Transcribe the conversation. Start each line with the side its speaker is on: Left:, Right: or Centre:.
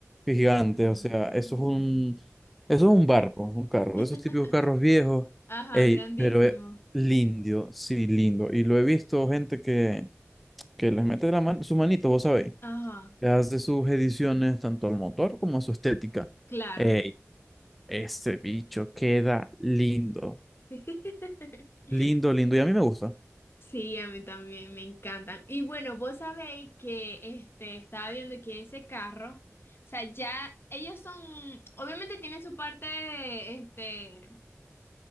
Centre: qué gigante.
Left: Mm.
Centre: O sea, eso es un, eso es un barco, un carro.
Left: <laughs>
Centre: Esos típicos carros viejos.
Left: Ajá,
Centre: Ey,
Left: grandísimo.
Centre: pero es lindo. Sí, lindo. Y lo he visto gente que, que les mete la man- su manito, vos sabéis.
Left: Ajá,
Centre: Le hace sus ediciones tanto al motor como a su estética.
Left: claro.
Centre: Ey, este bicho queda lindo.
Left: <laughs>
Centre: Lindo, lindo. Y a mí me gusta.
Left: Sí, a mí también me encantan. Y bueno, vos sabéis que este estaba viendo que ese carro, o sea, ya ellos son, obviamente tienen su parte, este,